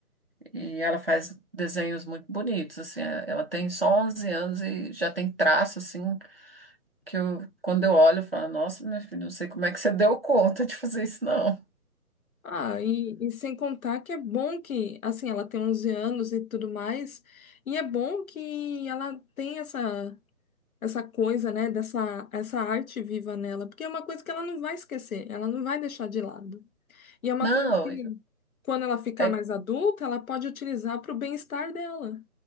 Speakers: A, on the right (about 40°); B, on the left (about 65°).
A: E ela faz desenhos muito bonitos, assim. é, Ela tem só 11 anos e já tem traço, assim, que eu, quando eu olho, eu falo: Nossa, meu filho, não sei como é que você deu conta de fazer isso, não.
B: Ah, e, e sem contar que é bom que, assim, ela tem 11 anos e tudo mais, e é bom que ela tem essa, essa coisa, né, dessa essa arte viva nela, porque é uma coisa que ela não vai esquecer, ela não vai deixar de lado. E é uma
A: Não,
B: coisa que, quando ela ficar
A: é
B: mais adulta, ela pode utilizar para o bem-estar dela.